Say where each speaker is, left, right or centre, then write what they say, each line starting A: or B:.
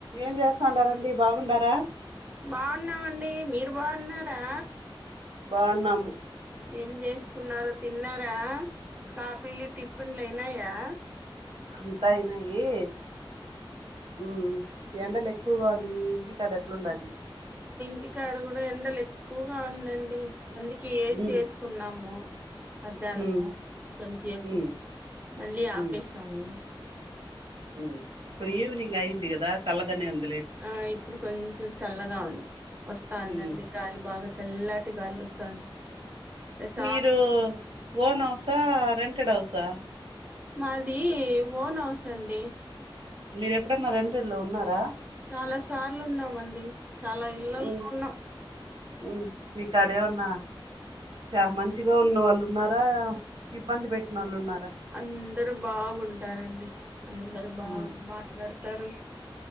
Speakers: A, on the right; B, on the right.
A: ఏం చేస్తాండారండి బాగుండారా
B: బాగున్నామండీ మీరు. బాగున్నారా.
A: బావున్నాము.
B: ఏం చేస్తున్నారో తిన్నారా. కాఫీలు, టిఫిన్లు అయినాయా.
A: అంతా అయినాయీ. ఉమ్ ఎండలు ఎక్కువగా ఉండిందీ. మీ ఇంటికాడ ఎట్లుండాది.
B: టి కాడ కూడా ఎండలు ఎక్కువగా ఉందండి. అందుకే ఏసి
A: ఉమ్
B: ఏసుకున్నామూ. మధ్యాహ్నమూ
A: ఉమ్
B: కొంచేపు
A: ఉమ్
B: మళ్ళీ ఆపేసామూ.
A: ఉమ్ ఉమ్. ఇప్పుడు ఈవెనింగ్ అయ్యింది గదా. చల్లగానే ఉంద్.
B: ఆ ఇప్పుడు కొంచెం చల్లగా ఉంది. వస్తాన్
A: ఉమ్
B: దండి గాలి బాగా. చల్లాటి గాలి వస్తాంది. ప్రశా
A: మీరూ, ఓన్ హౌసా. రెంటెడ్ హౌసా.
B: మాదీ ఓన్ హౌస్ అండీ.
A: మీరు ఎప్పుడన్నా రెంటెడ్ లో ఉన్నారా
B: చాలా సార్లు ఉన్నామండి. చాలా ఇళ్లల్లో
A: ఉమ్
B: ఉన్నాం
A: ఉమ్. మీకాడా ఏమన్నా చామంచి. లో ఉన్న వాళ్ళు ఉన్నారా. ఇబ్బంది పెట్టినోళ్ళు ఉన్నారా
B: అందరు బాగుంటారండి. అందరు బాగా
A: ఆ,
B: మాట్లాడుత్. తారు.